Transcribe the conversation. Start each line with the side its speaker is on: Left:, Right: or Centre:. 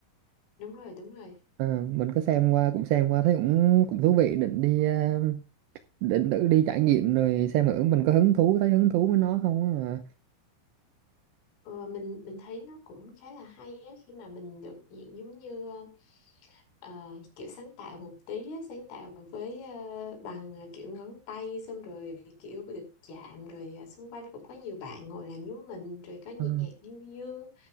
Left: đúng rồi đúng rồi
Right: À, mình có xem qua cũng xem qua thấy cũng cũng thú vị định đi à, định thử đi trải nghiệm rồi xem thử mình có hứng thú thấy hứng thú với nó không á mà.
Left: Ờ, mình mình thấy nó cũng khá là hay á khi mà mình được diện giống như ờ, ờ, kiểu sáng tạo một tí á, sáng tạo với ờ, bằng ờ, kiểu ngón tay xong rồi kiểu được chạm rồi ờ, xung quanh cũng có nhiều bạn ngồi làm giống mình rồi có
Right: Ờ,
Left: nhạc du dương